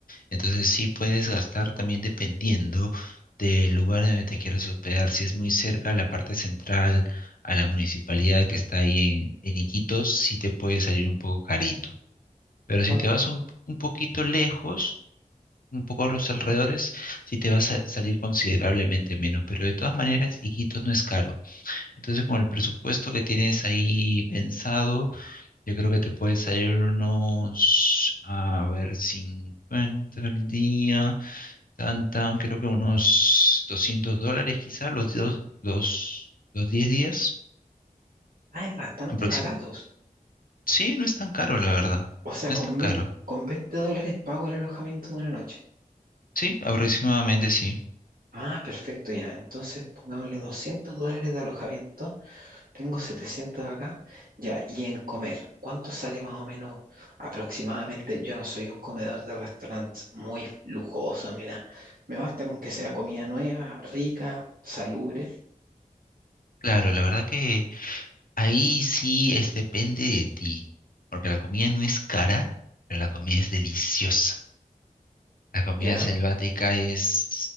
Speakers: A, on the left (about 75°); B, on the right (about 80°).
A: Entonces sí puedes gastar también dependiendo del lugar donde te quieras hospedar. Si es muy cerca a la parte central, a la municipalidad que está ahí en, en Iquitos, sí te puede salir un poco carito. Pero si
B: ¿Cuán-
A: te vas un, un poquito lejos, un poco a los alrededores, sí te va a sa- salir considerablemente menos. Pero de todas maneras, Iquitos no es caro. Entonces, con el presupuesto que tienes ahí pensado, yo creo que te puede salir unos, a ver, 50 al día, tan, tan, creo que unos 200 dólares quizá, los, dos- los, los 10 días
B: Ah, es bastante
A: aproximadamente.
B: barato.
A: Sí, no es tan caro, la verdad.
B: O sea,
A: No
B: con,
A: es tan caro.
B: ve- con 20 dólares pago el alojamiento de una noche.
A: Sí, aproximadamente sí.
B: Ah, perfecto, ya. Entonces pongámosle 200 dólares de alojamiento. Tengo 700 acá. Ya, y en comer, ¿cuánto sale más o menos aproximadamente? Yo no soy un comedor de restaurantes muy lujoso ni nada. Me basta con que sea comida nueva, rica, salubre.
A: Claro, la verdad que ahí sí es depende de ti, porque la comida no es cara, pero la comida es deliciosa. La comida
B: Ya,
A: selvática es